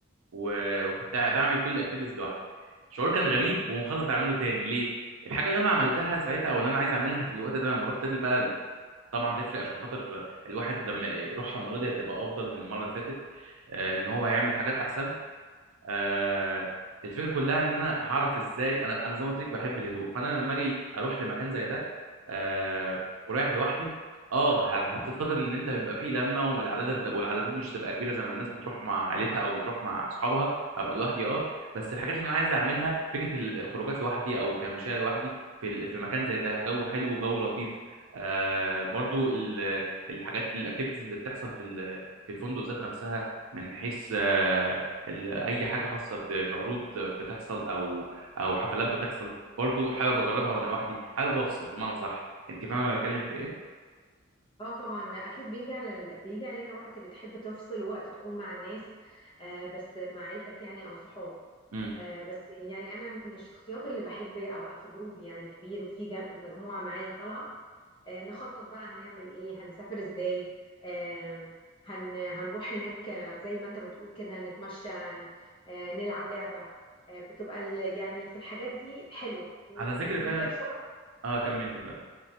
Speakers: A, on the right (about 75°); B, on the left (about 25°).
A: و- وكنت بعمل كل الاكتيفيتيز لوحدي شعور كان غريب ومخطط اعمله تاني ليه الحاجه اللي انا عملتها ساعتها او ان انا عايز اعملها في الوقت ده لما اروح تاني بقى طبعا تفرق عشان خاطر الواحد لما يروحها المره دي هتبقى افضل من المره اللي فاتت آه، ان هو هيعمل حاجات احسن آه الفكره كلها ان انا هعرف ازاي انا انا زي ما قلت لك بحب الهدوء فانا لما اجي اروح لمكان زي ده آه ورايح لوحدي اه ه- هتفتقد ان انت هيبقى فيه لمه والعدادات والعدادات مش هتبقى كبيره زي ما الناس بتروح مع عيلتها او بتروح مع اصحابها هبقى لوحدي اه بس الحاجات اللي انا عايز اعملها فكره الخروجات لوحدي او التمشيه لوحدي في ال- في مكان زي ده جو حلو وجو لطيف آه برضو ال- الحاجات الاكتيفيتيز اللي بتحصل في ال- في الفندق ذات نفسها من حيث آه، ال- اي حاجه خاصه ب- بعروض بتحصل او او حفلات بتحصل برضو حابب اجربها وانا لوحدي حابب افصل بمعنى صح انت فاهمه انا بتكلم في ايه
B: اه طبعا اكيد بيجي على ال... بيجي علينا وقت بتحب تفصل وقت تكون مع الناس آه بس مع عيلتك يعني او صحابك
A: امم
B: آه بس يعني انا من الشخصيات اللي بحب ابقى في جروب يعني كبير في ج... مجموعة معايا طالعة آه نخطط بقى هنعمل ايه هنسافر ازاي آه هن... هنروح هناك آه، زي ما انت بتقول كده نتمشى ن- آه نلعب لعبة آه بتبقى ال... يعني في الحاجات دي حلوة و...
A: على ذكر
B: وما
A: فعلا
B: انكرش برضه
A: اه كمل اتفضل